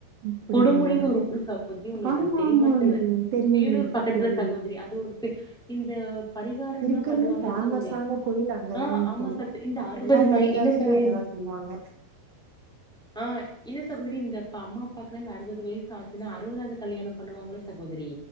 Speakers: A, on the right; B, in the centre.
A: அப்டிங்களா
B: கொடுமுடினு ஒரு புது சகோதரி உங்களுக்கு
A: ஆமா
B: அது தெரியுமான்
A: ஆமாங்க
B: வேலூர்
A: தெரியுங்க
B: பக்கத்துல
A: தோழி
B: சகோதரி அது ஒரு பிக் இந்த பரிகாரம்லா
A: இருக்கற்லையு
B: பண்ணுவாங்கல்ல
A: ஃபேமஸான
B: சகோதரி
A: கோயில் அங்க
B: ஆ
A: தா
B: ஆமா
A: தோழி
B: சகோ இந்த அறுபது
A: எல்லா
B: மலை
A: பரிகாரமுமே
B: இல்ல சகோதரி
A: அங்க தா செய்வாங்க
B: ஆ இல்ல சகோதரி இந்த ப அம்மா அப்பாக்குலா இந்த அறுவது வய்சு ஆச்சுன்னா அறுவதாவது கல்யாணம் பண்ணுவாங்கல சகோதரி